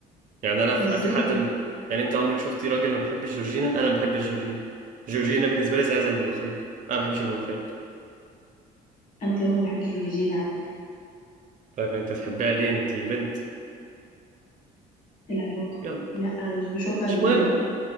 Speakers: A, on the right; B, on the left.
A: يعني انا في
B: ازاي
A: في حد
B: كده
A: م... يعني انت عمرك شفتي راجل ما بيحبش جورجينا انا ما بحبش جورجينا جورجينا بالنسبه لي زي زي الملوخيه انا ما بحبش الملوخيه
B: انا كمان ما بحبش الجورجينا على فكره
A: طيب انت تحبها ليه انت بنت
B: العلاقة
A: يلا
B: لا أنا مش بشوفها
A: مش
B: جميلة
A: مهم
B: قوي